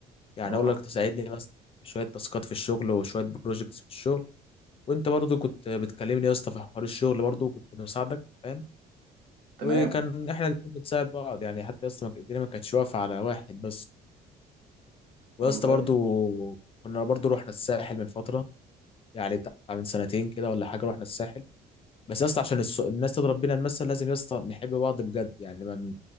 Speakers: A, on the left; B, on the right.
A: يعني
B: اه
A: اقول لك تساعدني بس في شويه تاسكات في الشغل وشويه بروجكتس في الشغل وانت برضو كنت بتكلمني يا اسطى في حوار الشغل برضو وكنت بساعدك فاهم
B: تمام
A: وكان احنا الاتنين بنساعد بعض يعني حتى يا اسطى ما- الدنيا ما كانتش واقفه على واحد بس ويا
B: والله
A: اسطى برضو كنا برضو رحنا الساحل من فتره يعني بتاع من سنتين كده ولا حاجه رحنا الساحل بس يا اسطى عشان الس- الناس تضرب بينا المثل لازم يا اسطى نحب بعض بجد يعني